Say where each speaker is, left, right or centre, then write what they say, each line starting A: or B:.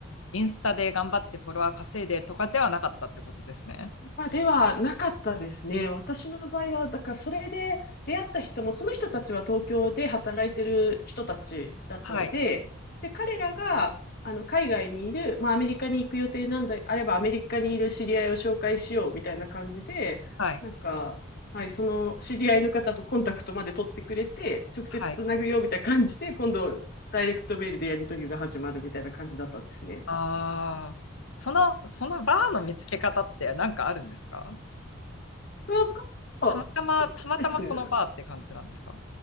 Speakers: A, on the left; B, on the left.
A: インスタで頑張ってフォロワー稼いでとかではなかったってことですね。
B: まあ、ではなかったですね。私の場合は、だからそれで出会った人も、その人たちは東京で働いてる人たちだったので、
A: はい。
B: で、彼らがあの海外にいる、まあ、アメリカに行く予定なんであれば、アメリカにいる知り合いを紹介しようみたいな感じで、
A: はい。
B: なんか、はい、その知り合いの方とコンタクトまで取ってくれて、直接つなぐよみたいな感じで、
A: はい。
B: 今度、ダイレクトメールでやり取りが始まるみたいな感じだったんですね。
A: ああ、その、そのバーの見つけ方って何かあるんですか
B: そこ
A: たまたま、
B: そこですね。
A: たまたまそのバーって感じなんですか